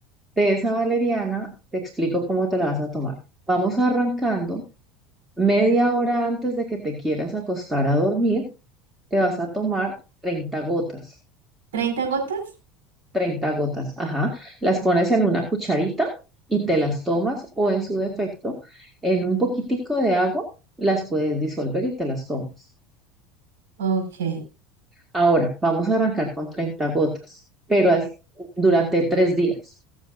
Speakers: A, on the right (about 15°); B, on the right (about 80°).
A: de esa valeriana te explico cómo te la vas a tomar. Vamos arrancando media hora antes de que te quieras acostar a dormir, te vas a tomar 30 gotas,
B: treinta gotas?
A: 30 gotas, ajá. Las pones en una cucharita y te las tomas o en su defecto en un poquitico de agua las puedes disolver y te las tomas.
B: Ok,
A: Ahora, vamos a arrancar con 30 gotas, pero al- durante tres días.